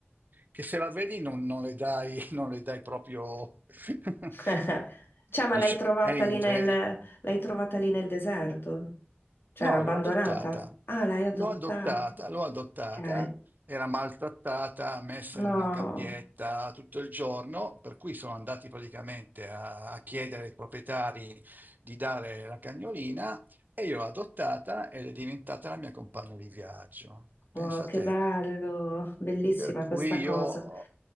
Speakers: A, on the right (about 45°); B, on the left (about 60°).
A: Che se la vedi non, non le dai, <laughs> non le dai proprio... <laughs>
B: <laughs> Cioè, ma
A: Dici,
B: l'hai trovata
A: è invece...
B: lì nel, l'hai trovata lì nel deserto? Cioè,
A: No,
B: era abbandonata?
A: l'ho adottata,
B: Ah, l'hai adottata.
A: l'ho adottata, l'ho adottata,
B: Ok.
A: era maltrattata, messa
B: No,
A: in una gabbietta tutto il giorno, per cui sono andati praticamente a, a chiedere ai proprietari di dare la cagnolina e io l'ho adottata ed è diventata la mia compagna di viaggio.
B: wow,
A: Pensa
B: che
A: a te,
B: bello. Bellissima
A: per cui
B: questa
A: io
B: cosa.
A: ho